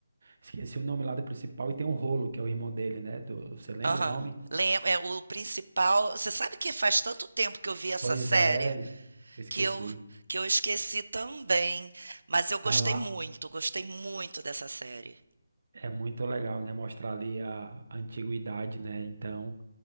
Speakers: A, on the right; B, on the right.
A: Esqueci o nome lá do principal e tem o Rolo, que é o irmão dele, né? Tu- você lembra
B: Aham.
A: o nome?
B: Lem- é o principal. Você sabe que faz tanto tempo que eu vi essa
A: Pois
B: série
A: é, eu esqueci.
B: que eu que eu esqueci também, mas eu gostei
A: Ah lá,
B: muito, gostei muito dessa série.
A: é muito legal, né? Mostrar ali a, a antiguidade, né? Então.